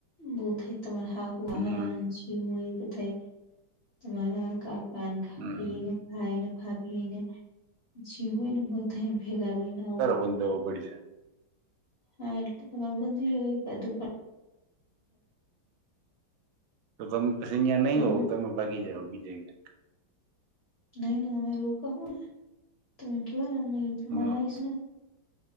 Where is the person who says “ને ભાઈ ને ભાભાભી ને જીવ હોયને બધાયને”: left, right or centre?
Left